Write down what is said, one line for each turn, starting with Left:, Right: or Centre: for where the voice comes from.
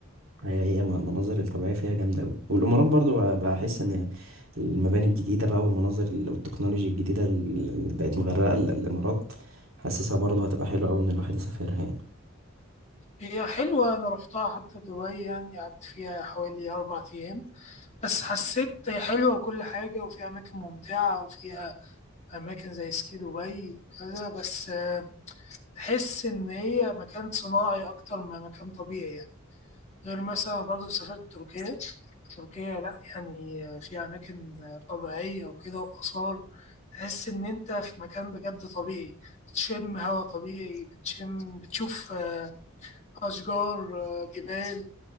Right: هي هي م- المناظر الطبيعية فيها جامدة أوي والإمارات برضو ب- بحس إن المباني الجديدة بقى والمناظر ال- والتكنولوجيا الجديدة اللي بقت مغرقة ال- الإمارات حاسسها برضو هتبقى حلوة أوي إن الواحد يسافرها يعني
Left: هي حلوة أنا رحتها حتى دبي يعني قعدت فيها حوالي أربع أيام بس حسيت هي حلوة وكل حاجة وفيها أماكن ممتعة وفيها أماكن زي سكي دبي وكذا بس آه، تحس إن هي مكان صناعي أكتر ما مكان طبيعي يعني غير مثلا برضه سافرت تركيا تركيا لأ يعني في أماكن طبيعية وكده وآثار تحس إن أنت في مكان بجد طبيعي بتشم هوا طبيعي بتشم بتشوف آه، أشجار آه، جبال